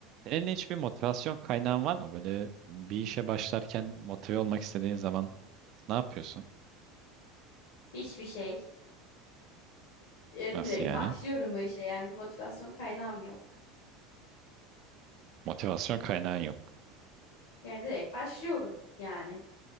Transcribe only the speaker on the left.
Hiçbir şey. E,
direkt
başlıyorum o işe yani bir motivasyon kaynağım yok.
Yani direkt başlıyorum yani.